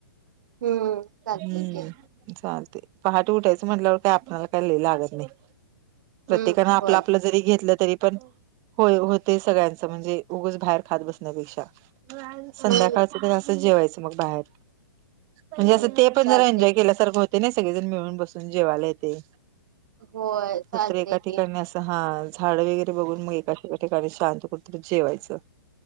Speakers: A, on the right; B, on the right.
A: हम्म चालतंय
B: हम्म
A: की
B: चालते पहाटे उठायचं म्हटल्यावर काय आपल्याला काय लिय लागत नाही प्रत्येकान
A: हम्म
B: आपलं
A: होय
B: आपलं घरी घेतल तरी पण होय होते सगळ्यांच म्हणजेच उगाच बाहेर खात बसण्यापेक्षा संध्याकाळच
A: हम्म
B: तर असं जेवायचं मग बाहेर म्हणजे
A: हम्म
B: असं ते पण
A: चालतंय
B: जरा एन्जॉय केल्यासारख होते ना सगळेजण मिळून बसून जेवाला येते
A: होय
B: कुठे
A: चालते
B: तरि एका
A: की
B: ठिकाणी असेल तर हा झाड वगैरे बघून मग एका ठिकाणी शांत ब जेवायचं